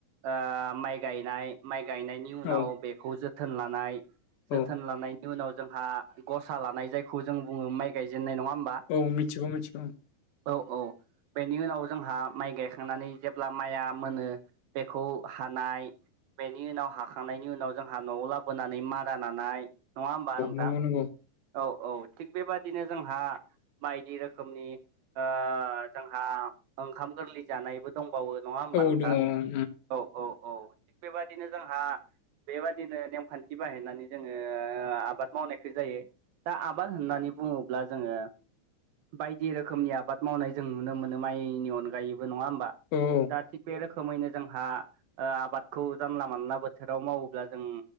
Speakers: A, on the right (about 70°); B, on the left (about 65°).
A: ओ माइ गायनाय माइ गायनायनि नि उनाव
B: औ
A: बेखौ जोथोन लानाय
B: औ
A: जोथोन लानाय नि उनाव जोंहा गसा लानाय जायखौ जों बुङो माइ गायजेननाय नङा होमबा
B: औ मिथिगौ मिथिगौ
A: औ औ बेनि उनाव जोंहा माइ गायखांनानै जेब्ला माइया मोनो बेखौ हानाय बेनि उनाव हाखांनायनि उनाव जोंहा न'आव लाबोनानै मारा नानाय नङा होमबा
B: औ
A: नोंथां
B: नंगौ नंगौ
A: औ औ थिग बेबादिनो जोंहा बायदि रोखोमनि ओ जोंहा ओंखाम गोरलै जानायबो दंबावो नङा होमबा
B: औ
A: नोंथां
B: दङ ओं
A: औ औ औ थिग बेबायदिनो जोंहा बेबादिनो नेमखान्थि बाहायनानै जोङो आबाद मावनायखौ जायो दा आबाद होननानै बुङोब्ला जोङो बायदि रोखोमनि आबाद मावनाय जों नुनो मोनो माइनि अनगायैबो नङा होमबा
B: उम-उम
A: दा थिग बे रोखोमैनो जोंहा ओ आबादखौ जानला मानला बोथोराव मावोब्ला जों